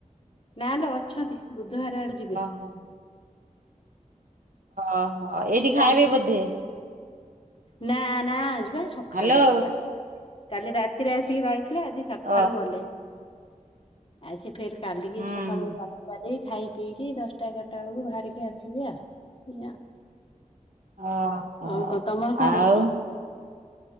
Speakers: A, on the left; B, on the right.
A: ନାଲୋ ଅଛନ୍ତି ବୁଧବାର ଆଡୁ ଯିବେ।
B: ହଁ ଓହୋ ଏଇଠି
A: ଯାଇ
B: ଖାଇବେ ବୋଧେ?
A: ନା ନା ଆ ଯିବା ସକାଳେ
B: ହ୍ୟାଲୋ
A: ଗଲେ କାଲି ରାତିରେ ଆସିକି ରହିଥିଲେ ଆଜି ସକାଳୁ
B: ଓ
A: ଗଲେ ଆସି ଫେର କାଲିକି
B: ହୁଁ।
A: ସକାଳୁ ଗାଧେଇ ପାଧେଇ ଖାଇ ପିଇକି ଦଶଟା ଏଗାରଟା ବେଳକୁ ବାହାରିକି ଆସିବି ଆଉ।
B: ଓହୋ।
A: ଆଉ କଣ ତମର କଣ
B: ଆଉ
A: ରୋଷେଇ?